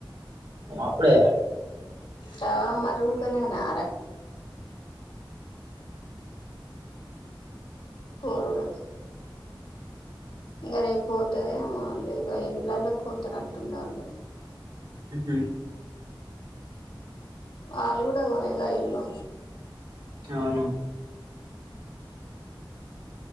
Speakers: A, on the right; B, on the left.
A: అప్పుడే
B: ట మరుగుకనే రా కోరోనా ఇంక రేపు పోతుదేో వాళ్ళు ఇక ఇంలలో కూతురుట్టుంది వాళ్ళు
A: ఉహు
B: ఆలు కూడాడ కొనగాయలో
A: అవును